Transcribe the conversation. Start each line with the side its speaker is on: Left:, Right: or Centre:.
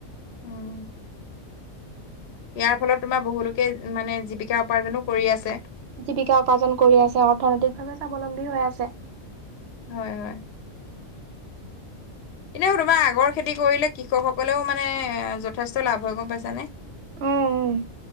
Left: উম ইয়াৰ ফলত তোমাৰ বহুলোকে মানে জীৱিকা উপাৰ্জনো কৰি আছে।
Right: জীৱিকা উপাৰ্জন কৰি আছে অৰ্থনৈতিক ভাৱে স্বাৱলম্বী হৈ আছে।
Left: হয় হয় ইনেও তোমাৰ আগৰ খেতি কৰিলে কৃষকসকলেও মানে যথেষ্ট লাভ হয় গম পাইছানে?
Right: অ অ।